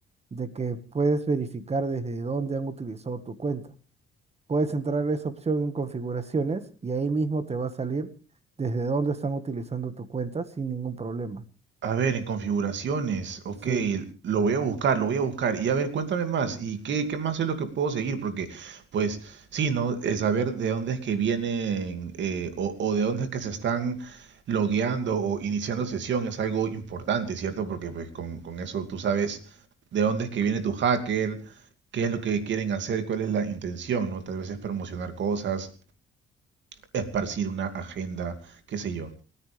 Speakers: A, on the right; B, on the right.
A: de que puedes verificar desde dónde han utilizado tu cuenta. Puedes entrar a esa opción en configuraciones y ahí mismo te va a salir desde dónde están utilizando tu cuenta sin ningún problema.
B: A ver, en configuraciones, ok,
A: Sí,
B: lo voy a buscar, lo voy a buscar. Y a ver, cuéntame más, ¿y qué, qué más es lo que puedo seguir? Porque, pues, sí, ¿no? El saber de dónde es que vienen eh, o, o de dónde es que se están logueando o iniciando sesión es algo importante, ¿cierto? Porque pues, con, con eso tú sabes de dónde es que viene tu hacker, qué es lo que quieren hacer, cuál es la intención, ¿no? Tal vez es promocionar cosas, esparcir una agenda, qué sé yo.